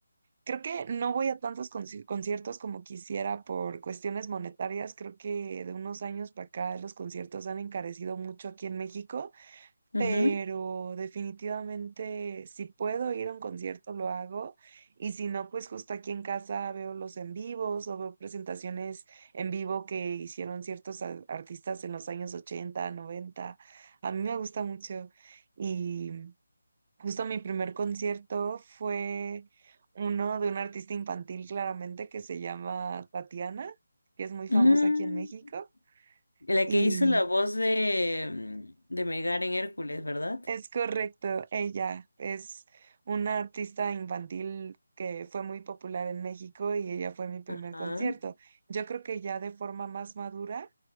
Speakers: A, on the right (about 40°); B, on the left (about 75°).
A: creo que no voy a tantos conci- conciertos como quisiera por cuestiones monetarias. Creo que de unos años para acá los conciertos han encarecido mucho aquí en México.
B: Ujú.
A: pero definitivamente si puedo ir a un concierto lo hago y si no, pues justo aquí en casa veo los en vivos o veo presentaciones en vivo que hicieron ciertos a- artistas en los años ochenta noventa A mí me gusta mucho y justo mi primer concierto fue uno de un artista infantil claramente que se llama Tatiana, que es muy famosa
B: Mm,
A: aquí en México
B: La
A: y...
B: que hizo la voz de, mm, de Megar en Hércules, ¿verdad?
A: Es correcto, ella es una artista infantil que fue muy popular en México y ella fue mi primer
B: Ajá.
A: concierto. Yo creo que ya de forma más madura,